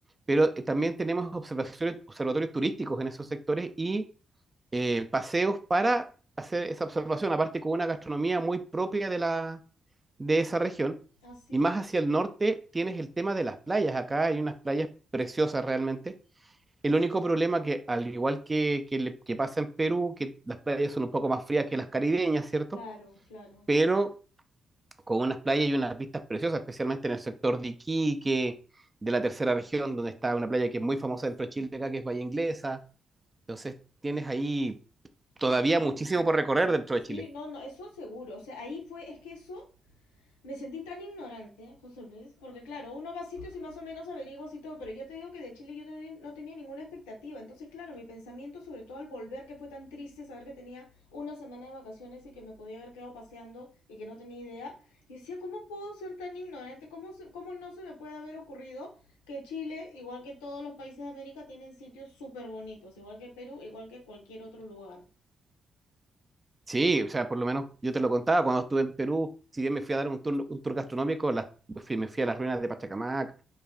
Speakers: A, on the right (about 25°); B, on the left (about 80°).
A: pero eh, también tenemos observaciones, observatorios turísticos en esos sectores y eh, paseos para hacer esa observación, aparte con una gastronomía muy propia de, la, de esa región.
B: Ah, sí,
A: Y más hacia el norte tienes el tema de las playas. Acá hay unas playas preciosas realmente el único problema que, al igual que, que, le- que pasa en Perú, que las playas son un poco más frías que las caribeñas, ¿cierto?
B: claro, claro.
A: Pero con unas playas y unas vistas preciosas, especialmente en el sector de Iquique, de la tercera región, donde está una playa que es muy famosa dentro de Chile, acá que es Bahía Inglesa. Entonces tienes ahí todavía
B: Es que,
A: muchísimo
B: es que hay
A: por recorrer
B: muchísimo.
A: dentro de
B: Sí,
A: Chile.
B: no, no, eso seguro. O sea, ahí fue, es que eso Me sentí tan ignorante, José Luis, porque claro, uno va a sitios y más o menos averiguas y todo, pero ya te digo que de Chile yo no tenía ninguna expectativa. Entonces, claro, mi pensamiento, sobre todo al volver, que fue tan triste saber que tenía una semana de vacaciones y que me podía haber quedado paseando y que no tenía idea, yo decía, ¿cómo puedo ser tan ignorante? ¿Cómo, se- cómo no se me puede haber ocurrido que Chile, igual que todos los países de América, tienen sitios súper bonitos, igual que Perú, igual que cualquier otro lugar?
A: Sí, o sea, por lo menos yo te lo contaba cuando estuve en Perú, si bien me fui a dar un tour, un tour gastronómico, las- fui- me fui a las ruinas de Pachacamac,